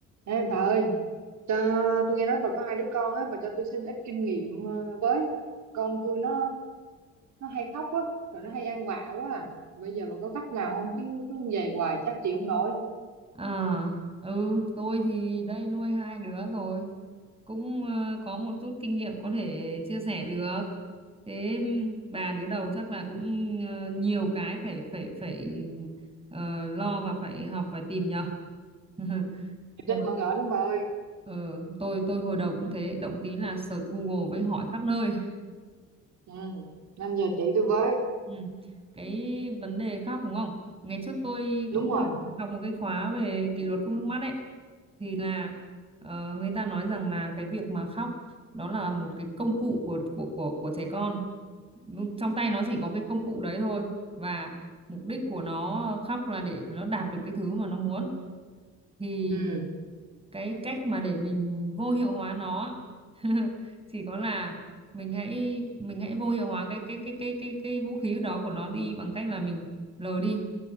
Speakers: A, on the right (about 65°); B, on the right (about 20°).
A: Ê bà ơi, cho tôi nghe nói bà có hai đứa con á, bà cho tôi xin ít kinh nghiệm ờ, với. Con tôi nó nó hay khóc á, rồi nó hay ăn vạ quá à. Bây giờ bà có cách nào không chứ cứ như vậy hoài chắc chịu không nổi.
B: À, ừ, tôi thì đây nuôi hai đứa rồi, cũng ờ, có một chút kinh nghiệm có thể chia sẻ được. Thế ừm, bà đứa đầu chắc là cũng ờ, nhiều cái phải phải phải ờ, lo và phải học và tìm nhờ. <laughs> Hồi
A: Rất bỡ ngỡ lắm bà ơi.
B: ờ, tôi tôi hồi đầu cũng thế, động tí là search Google với hỏi khắp nơi.
A: Ừ, nên giờ chị tôi với.
B: Ừ. Cái vấn đề khóc đúng không? Ngày trước tôi
A: Đúng
B: cũng
A: rồi.
B: học học một cái khóa về kỷ luật không nước mắt ấy thì là ờ, người ta nói rằng là cái việc mà khóc đó là một cái công cụ của của của của trẻ con. Nhưng Trong tay nó chỉ có cái công cụ đấy thôi và mục đích của nó khóc là để nó đạt được cái thứ mà nó muốn. Thì
A: Ừ,
B: cái cách mà để mình vô hiệu hóa nó á, <laughs> chỉ có là mình hãy mình hãy vô hiệu hóa cái cái cái cái cái cái vũ khí đó của nó đi bằng cách là mình lờ đi